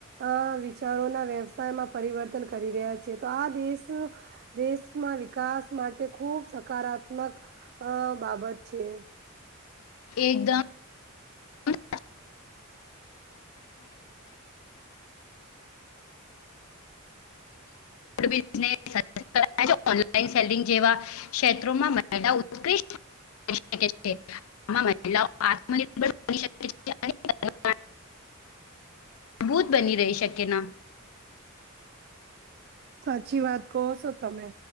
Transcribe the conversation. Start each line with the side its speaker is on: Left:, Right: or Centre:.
Right: અ વિચારોના વ્યવસાયમાં પરિવર્તન કરી રહ્યા છે, તો આ દેશ દેશમાં વિકાસ માટે ખુબ સકારાત્મક અ બાબત છે.
Left: એકદમ <unintelligible> <unintelligible> <inaudible> ફૂડ બિઝનેસ. <unintelligible> <inaudible> સેિ જેવા ક્ષેત્રોમાં ઉૃ્ટ <inaudible> કે છે આમાં મહિલાઓ આત્મનિર્ભર <inaudible> ભૂત બની રહી શકે ન
Right: સાચી વાત કો છો તમે